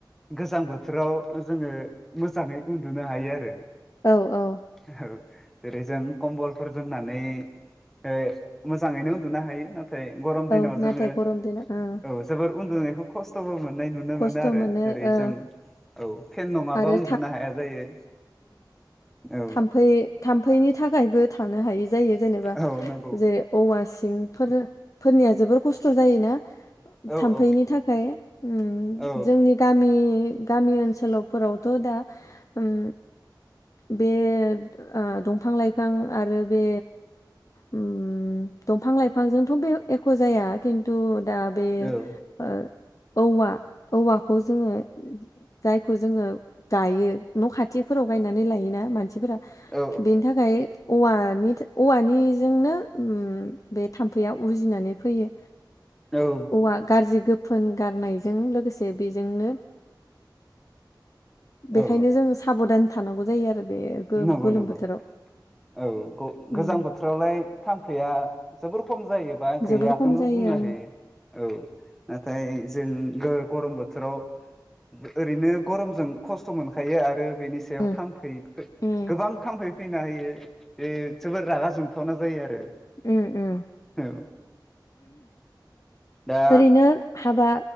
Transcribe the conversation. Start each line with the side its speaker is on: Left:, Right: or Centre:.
Centre: गोजां बोथोराव जोङो। मोजाङै उन्दुनो हायो आरो।
Left: औ-औ।
Centre: औ जेरै- जों कम्बलफोर जोमनानै ओ मोजाङैनो उन्दुनो हायो नाथाय। गरम दिनाव
Left: औ नाथाय
Centre: जोङो
Left: गरम दिनाव ओं
Centre: औ जोबोर उन्दुनायखौ खस्थ'बो मो नाय नुनो
Left: खस्थ'
Centre: मोनो आरो जेरै-
Left: ओ
Centre: जों। औ फेन नङाबा
Left: आरो
Centre: उन्दुनो हाया जायो। औ
Left: थामफै-थामफैनि। थाखायबो थानो हायि जायो जेनेबा
Centre: औ नंगौ
Left: जेरै- औवासिं। फोर फोरनिया जोबोर खस्थ' जायोना
Centre: औ
Left: थाम्फैनि
Centre: औ
Left: थाखाय। उन
Centre: औ
Left: जोंनि गामि। गामि ओनसोलावफोरावथ' दा होम। बे ओ दंफां-लाइफां आरो बे। उम दंफां लाइफांजोंथ' बे एख' जाया खिन्थु। दा बे
Centre: औ
Left: ओ। औवा औवाखौ जोङो जायखौ जोङो गायो। न' खाथिफोराव गायनानै लायोना मानसिफोरा
Centre: औ
Left: बेनि थाखाय। औवानिथो औवानिजोंनो बे थाम्फैया उजिनानै फैयो।
Centre: औ
Left: औवा गारजि गोफोन। गारनायजों लोगोसे बेजोंनो। बेखायनो
Centre: औ
Left: जों साबधान थानांगौ जायो आरो। बे गो-गोलोम
Centre: नंगौ-नंगौ
Left: बोथोराव
Centre: औ ग
Left: उम
Centre: गोजां बोथोरावलाय थाम्फैया जोबोर। खम जायोबा गैयाखोनो
Left: जोबोर खम जायो
Centre: बुंनो हायो। औ नाथाय जों गोर गरम बोथ थोराव ओरैनो गरमजों खस्थ' मोनखायो आरो बेनि सायाव
Left: उम
Centre: थाम्फै।
Left: उम
Centre: गोबां थाम्फै फैनो हायो बे जोबोर रागा जोंथावना जायो आरो।
Left: उम-उम
Centre: औ दा
Left: ओरैनो हा हाबा।